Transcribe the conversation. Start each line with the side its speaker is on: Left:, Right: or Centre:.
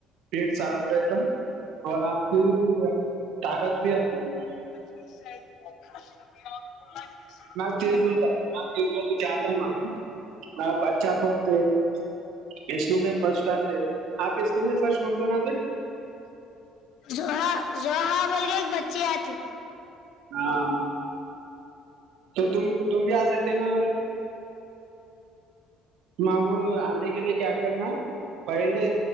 Right: پیٹ صاف رہتا اور آپ کو طاقت بھی آتی <unintelligible>
Left: مس آ تھ <unintelligible> اچھا یاد بوللا <unintelligible>
Right: چز ہوتا <unintelligible> تو جاہتے ہیں م آپ اچا پ سے <unintelligible> اسکول میں فرٹ آتے آپ کے اسکول میں فرسٹ کون کون آتے <unintelligible>
Left: ج ہاں جو ہاں بول کے ایک بچی آتی <unintelligible>
Right: ہاں <unintelligible> تو تم تم بھی آ سکتے نا مگو آنے کے لیے کیا کرنا ہے پہلے